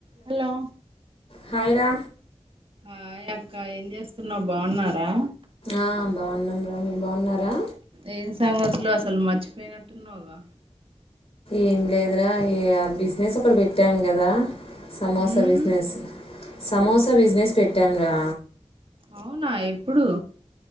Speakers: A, on the right; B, on the left.
A: Hello
B: hi రా
A: hi అక్క ఏం చేస్తున్నావు బాగున్నారా
B: ఆ బాగున్నాం రా మీ బాగున్నారా
A: ఏం సంగతులు అసలు మర్చి పోయినట్టు ఉన్నావుగా
B: ఏం లేదురా ఈ ఆ బిజినెస్ ఒకటి పెట్టాం కదా సమోసా
A: ఉమ్
B: బిజినెస్ సమోసా బిజ బిజినెస్ పెట్టాం రా
A: అవునా ఎప్పుడు